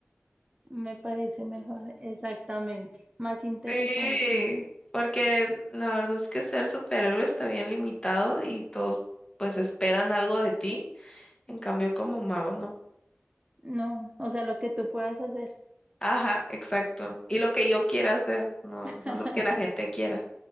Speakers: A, on the right; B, on the left.
A: Me parece mejor, exactamente, más interesante.
B: Sí, porque la verdad es que ser superhéroe está bien limitado y todos pues esperan algo de ti, en cambio como mago no.
A: No, o sea, lo que tú puedas hacer.
B: Ajá, exacto. Y lo que yo quiera hacer, no,
A: <laughs>
B: no lo que la gente quiera.